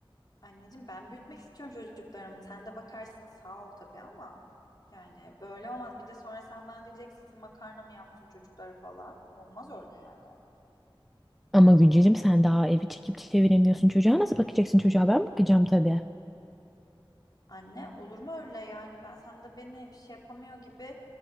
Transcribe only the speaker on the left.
anneciğim ben büyütmek istiyorum çocuklarımı sen de bakarsın sağ ol tabii ama yani böyle olmaz bir de sonra sen bana diyeceksin makarna mı yaptın çocuklara falan olmaz öyle yani.
Anne olur mu öyle yani ben sen de beni bir şey yapamıyor gibi